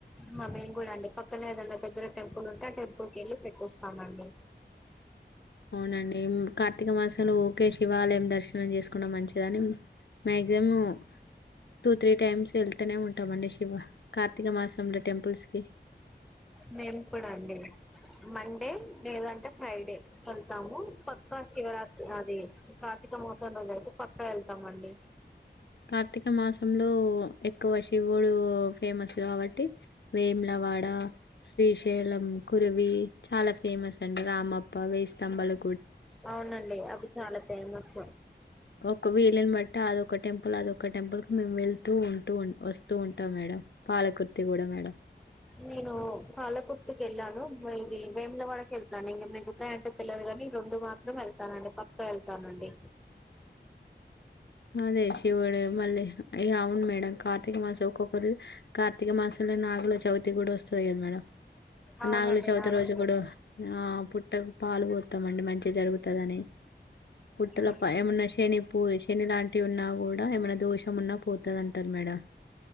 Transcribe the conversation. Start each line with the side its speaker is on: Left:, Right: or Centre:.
Centre: మ మేము కూడా అండి, పక్కనే ఏదైనా దగ్గర టెంపుల్ ఉంటే ఆ టెంపుల్ కి వెళ్ళి పెట్టొస్తామండి.
Left: అవునండి ఉమ్ కార్తీక మాసంలో ఓకే శివాలయం దర్శనం చేసుకుంటే మంచిదని మ్యాక్సిమం టూ త్రీ టైమ్స్ వెళ్తూనే ఉంటామండి, శివ కార్తీక మాసంలో టెంపుల్స్ కి
Centre: మేము కూడా అండి. మండే లేదంటే ఫ్రైడే వెళ్తాము, పక్క శివరాత్రి అది కార్తీక మోసల్లో రోజుయితే పక్కా వెళ్తామండి.
Left: కార్తీక మాసంలో ఎక్కువ శివుడు ఫేమస్ కాబట్టి వేములవాడ శ్రీశైలం కురివి చాలా ఫేమస్ అండి, రామప్ప వేయి స్తంభాలా
Centre: అవునండి అవి చాలా ఫేమస్
Left: కు వీలుని బట్టి అదోక టెంప్ టంల్ అదొ ఒక టెంపుల్ కి మేము వెళ్తూ ఉంటూ వస్తూ ఉంటాం మేడం, పాలకుర్తి కూడా మేడం.
Centre: నేను పాలకుర్తి కి వెళ్ళాను, ఇది వేముల వాడకెళ్తాను ఇంగ మిగతాయి అంటె తెల్ నీ రొండు మాత్రం వెళ్తానండి పక్కా వెళ్తానండి.
Left: అదే శివుడు మళ్ళీ ఇగ అవును మేడం కార్తీక మాసం ఒక్కొక్కరి కార్తీక మాసంలో నాగుల చవితి కూడా వస్తది కదా మేడం.
Centre: అవునండి
Left: నాగులు చవితి
Centre: నాగుల
Left: రోజు కూడ ఆ పుట్ట పాలు పొత్తమండి, మంచిగ జరుగుతదని పుట్టల
Centre: ఉమ్.
Left: పై ఏమన్నా శని పూజ శని లాంటివి ఉన్నా కూడా ఏమైన్న దోషం ఉన్నా పోతది అంటరు మేడం